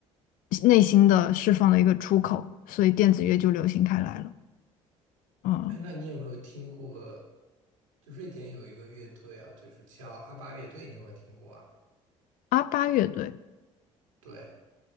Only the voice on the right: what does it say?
<clears throat> 那你有没有听过？就瑞典有一个乐队啊，就是叫阿巴乐队，你有没有听过啊？
对，